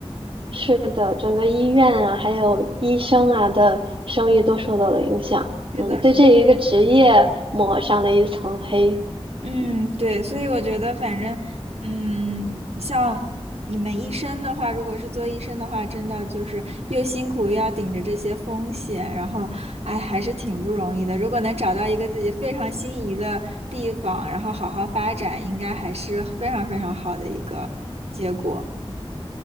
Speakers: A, on the right; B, on the right.
A: 是的，整个医院啊，还有医生啊的声誉都受到了影响。嗯，
B: 是的，
A: 对这一个职业抹上了一层黑。
B: 是的。嗯，对，所以我觉得，反正，嗯，像你们医生的话，如果是做医生的话，真的就是又辛苦又要顶着这些风险，然后，哎，还是挺不容易的。如果能找到一个自己非常心仪的地方，然后好好发展，应该还是非常非常好的一个结果。